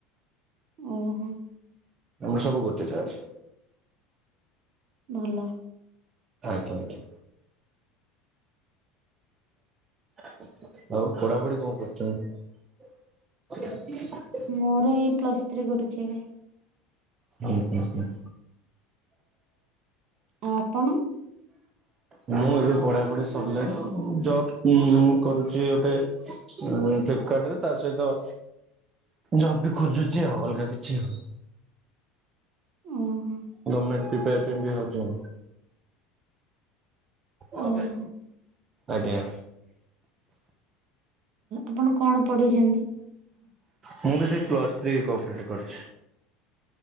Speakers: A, on the right; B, on the right.
A: ଓହୋ।
B: ତମେ ସବୁ ଗୋଟେ ଚାଂଶର।
A: ଭଲ।
B: ଆଜ୍ଞା ଆଜ୍ଞା। ଆଉ ପଢ଼ାପଢ଼ି କଣ କରୁଛନ୍ତି? <unintelligible>
A: ମୋର ଏଇ ପ୍ଲସ୍ ଥ୍ରୀ କରୁଛି ଏବେ।
B: ଉଁ ଉଁ ଉଁ।
A: ଆଉ ଆପଣ?
B: ମୁଁ ଏବେ ପଢ଼ାପଢ଼ି ସଲାଣି ଜବ ଉଁ କରୁଛି ଗୋଟେ। ହଁ ଫ୍ଲିପକାର୍ଟ ରେ ତା ସହିତ ଜବ୍ ବି ଖୋଜୁଛି ଆଉ ଅଲଗା କିଛି ଆଉ।
A: ଓହୋ
B: ଗମେଣ୍ଟ ପ୍ରିପିୟାର ବି ହଉଛି ଆଉ। ଓ
A: ଓହୋ
B: ଆଜ୍ଞା।
A: ଆପଣ କଣ ପଢେଇଛନ୍ତି?
B: ମୁଁ ବି ସେ ପ୍ଲସ୍ ଥ୍ରୀ କମ୍ପ୍ଲିଟ କରିଛି।